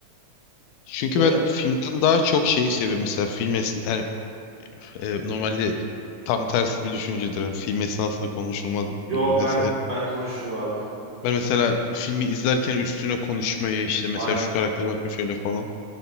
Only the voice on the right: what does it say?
Yani
Yok
ben ben konuşurum abi.
Aynen.